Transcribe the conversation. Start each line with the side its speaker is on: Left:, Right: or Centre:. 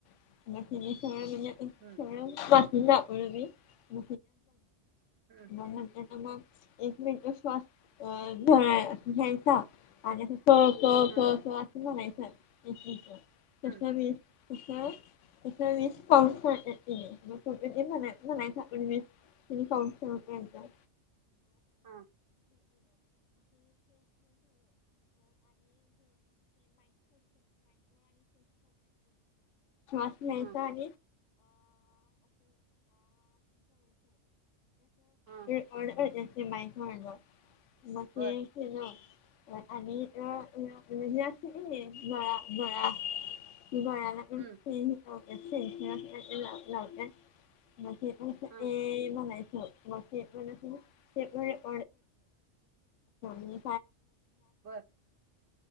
Left: <unintelligible> वाचून
Right: हम्म
Left: दाखवलं मी <unintelligible>
Right: हम्म
Left: मग नंतर मग एक मिनटं श्वास घ्या घ्यायचा आणि क क
Right: हा
Left: क असं म्हणायचं, तशा
Right: हम्म
Left: वेळेस कसं तसं वीस कॉउंट करतेत त्यानी, मग तोपर्यंत म्हणा म्हणायचं आपण त्यानी कॉउंट कर
Right: हा
Left: <unintelligible> <unintelligible> <unintelligible> <unintelligible> म्हणजं
Right: हा हा
Left: ढ अर्जंली मा म्हलं मग
Right: बर
Left: ते ना आणि अ म्हणजे अस बळा बळा गळ्याला पण
Right: हम्म
Left: सें लावते सें लावते म्हगे
Right: हा
Left: ए म्हलाय मग म्हणळ म
Right: बर